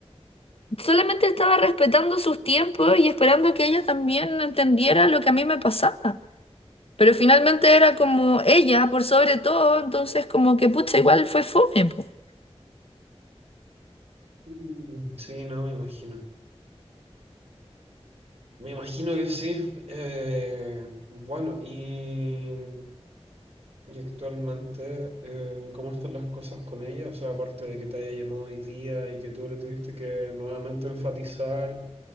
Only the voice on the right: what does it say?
Mm, Sí, no, me imagino. Me imagino que sí. Eh, bueno, y Y actualmente, eh, ¿cómo están las cosas con ella? O sea, aparte de que te haya llamado hoy día y que tú le tuviste que nuevamente enfatizar